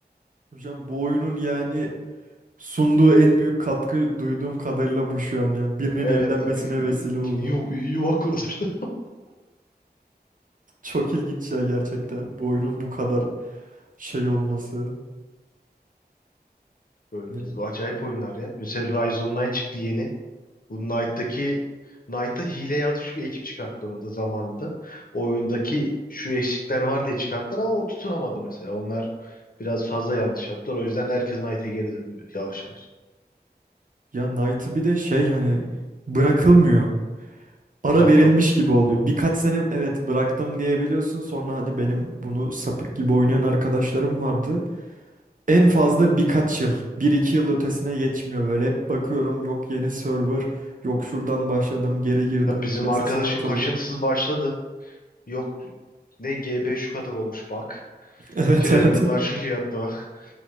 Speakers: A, on the right; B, on the left.
A: Hocam bu oyunun yani sunduğu en büyük katkı duyduğum kadarıyla bu şu an yani birinin
B: Evet
A: evlenmesine
B: bir
A: vesile oldu.
B: yu- yuva kurdurdu.
A: Çok ilginç ya gerçekten
B: <laughs>
A: bu oyunun bu kadar şey olması.
B: Böyle
A: Yani,
B: acayip oyunlar ya. Mesela Rise Online çıktı yeni. Bu Knight'taki Knight'a hile yazmış bir ekip çıkarttı onu da zamanında. O oyundaki şu eksikler var diye çıkarttılar ama o tutunamadı mesela. Onlar biraz fazla yanlış yaptılar. O yüzden herkes Knight'e geri döndü yavaş yavaş.
A: ya Knight'ı bir de şey hani bırakılmıyor. Ara
B: Yok
A: verilmiş
B: yok.
A: gibi oluyor. Birkaç sene evet bıraktım diyebiliyorsun. Sonra hani benim bunu sapık gibi oynayan arkadaşlarım vardı. En fazla birkaç yıl. Bir iki yıl ötesine geçmiyor böyle. Hep bakıyorum yok yeni server. Yok şuradan başladım geri girdim
B: Ya bizim
A: piyasasına
B: arkadaşın
A: atıldım.
B: kaşıntısız başladı. Yok ne GB şu kadar olmuş bak.
A: <laughs> Evet
B: Premiumlar
A: evet.
B: şu fiyatta bak.